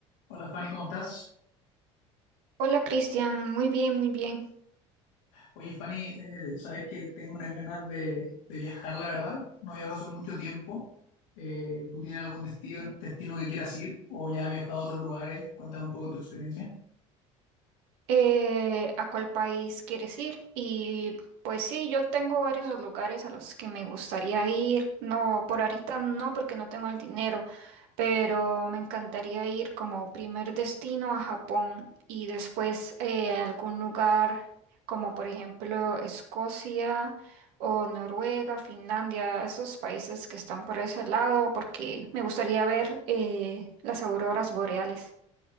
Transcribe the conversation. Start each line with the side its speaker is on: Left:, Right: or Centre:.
Left: Hola Fanny, ¿cómo estás?
Right: Hola Cristian, muy bien, muy bien.
Left: Oye Fanny, eh, sabes que tengo unas ganas de, de viajar, la verdad. No viajo hace mucho tiempo. Eh, ¿tú tienes algún destino, destino que quieras ir o ya has viajado a otros lugares? Cuéntame un poco tu experiencia.
Right: Eh, ¿a cuál país quieres ir? Y pues sí, yo tengo varios lugares a los que me gustaría ir. No, por ahorita no, porque no tengo el dinero, pero me encantaría ir como primer destino a Japón y después eh, a algún lugar como por ejemplo Escocia o Noruega, Finlandia, esos países que están por ese lado, porque me gustaría ver eh, las auroras boreales.